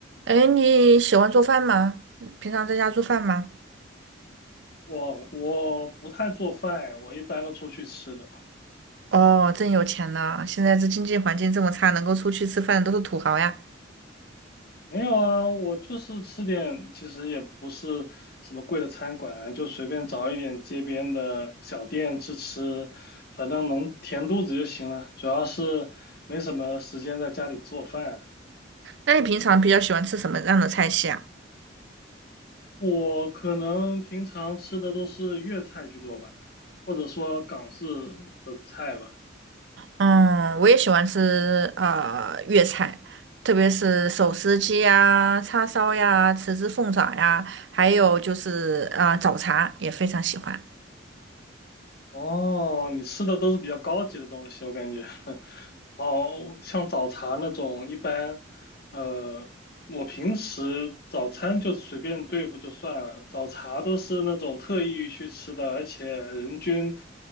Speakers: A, on the right; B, on the left.
A: 哎，你喜欢做饭吗？嗯平常在家做饭吗？
B: 我我不太做饭，我一般都出去吃的。
A: 哦，真有钱呢！现在这经济环境这么差，能够出去吃饭的都是土豪呀。
B: 没有啊，我就是吃点，其实也不是什么贵的餐馆，就随便找一点街边的小店吃吃，反正能填肚子就行了。主要是没什么时间在家里做饭，
A: 那你平常比较喜欢吃什么样的菜系啊？
B: 我可能平常吃的都是粤菜居多吧，或者说港式的菜吧。
A: 嗯，我也喜欢吃呃粤菜，特别是手撕鸡呀、叉烧呀、豉汁凤爪呀，还有就是呃早茶也非常喜欢。
B: 哦，你吃的都是比较高级的东西，我感觉。<laughs> 哦，像早茶那种，一般，呃，我平时早餐就随便对付就算了，早茶都是那种特意去吃的，而且人均